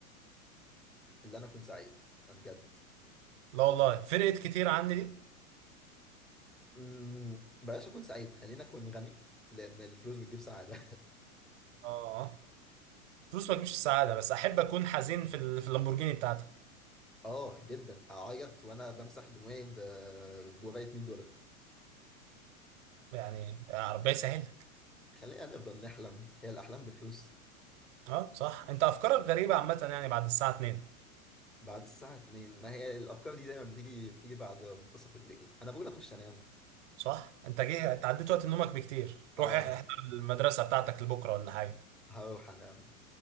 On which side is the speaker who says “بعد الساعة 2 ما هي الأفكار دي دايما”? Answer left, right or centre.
Centre